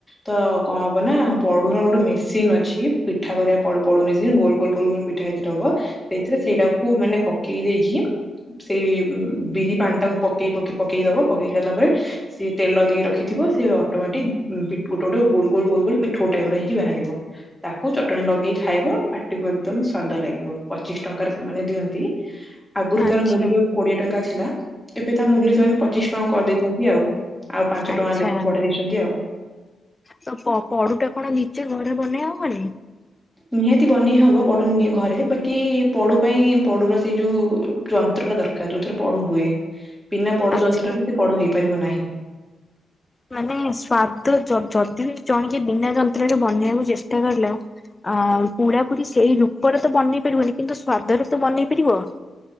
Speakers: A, in the centre; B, on the left.
A: ତ କଣ ହବ ନା ପଡୁର ଗୋଟେ ମେସିନ୍ ଅଛି ପିଠା କରିବା ପଡୁ ମେସିନ ଗୋଲ ଗୋଲ ଗୋଲ ଗୋଲ ପିଠା ହେଇଥିରେ ହବ ସେଇଥିରେ ସେଇଟାକୁ ମାନ ପକେଇ ଦେଇକି ସେଇ ଉଁ, ବିରି ପାଣି ଟା କୁ ପକେଇ ପକେଇ ପକେଇ ଦବ। ପକେଇ ସାରିଲା ପରେ ସିଏ ତେଲ ଦେଇ ରଖିଥିବ ସିଏ ଅଟୋମେଟିକ୍ ଉଁ, ପି-ଗୋଟେ ଗୋଟେ ଗୋଲ ଗୋଲ ଗୋଲ ପିଠଉ ଟାଇପ୍ ର ହେଇକି ବାହାରିବ। ତାକୁ ଚଟଣୀ ଲଗେଇ ଖାଇବ, ପାଟିକୁ ଏକଦମ ସ୍ଵାଦ ଲାଗିବ। ପଚିଶ ଟଙ୍କାରେ ସେମାନେ ଦିଅନ୍ତି। ଆଗରୁ
B: ଆଚ୍ଛା
A: ତାର ମୂଲ୍ୟ କୋଡିଏ ଟଙ୍କା ଥିଲା। ଏବେ ତା ମୂଲ୍ୟ ସେମାନେ ପଚିଶ ଟଙ୍କା କରିଦେଇଛନ୍ତି ଆଉ। ଆଉ ପାଞ୍ଚ
B: ଆଚ୍ଛା।
A: ଟଙ୍କା ଲେଖେ ବଢେଇ ଦେଇଛନ୍ତି ଆଉ।
B: ତ ପ-ପଡୁ ଟା କଣ ନିଜେ ଘରେ ବନେଇ ହବନି?
A: ନିହାତି ବନେଇ ହବ ବଡୁ ନିଏ ଘରେ। ବାକି ପଡୁ ପାଇଁ ପଡୁର ସେଇ ଯୋଉ ଯନ୍ତ୍ର ଟା ଦର କାର ଯୋଉଥିରେ ପଡୁ ହୁଏ। ବିନା ପଡୁ
B: ଆଚ୍ଛା
A: ଯନ୍ତ୍ରରେ ସେ ପଡୁ ହେଇପାରିବ ନାହିଁ। <inaudible>
B: ମାନେ ସ୍ଵାଦ ଯ-ଯଦି ଜଣ କେ ବିନା ଯନ୍ତ୍ରରେ ବନେଇବାକୁ ଚେଷ୍ଟା କଲା। ଆଁ, ପୁଢା ପୁୁରି ସେଇ ରୂପରେ ତ ବନେଇ ପାରିବନି। କିନ୍ତୁ ସ୍ଵାଦରେ ତ ବନେଇ ପାରିବ।